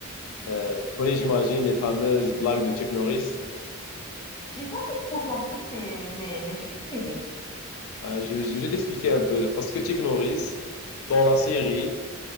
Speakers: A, on the left; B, on the left.
A: Ok.
B: Euh, tu connais, j'imagine, les fameuses blagues de Chuck Norris.
A: J'ai jamais trop compris, mais, mais, mais je vais essayer.
B: Euh, je, je vais t'expliquer un peu. Parce que Chuck Norris, dans la série,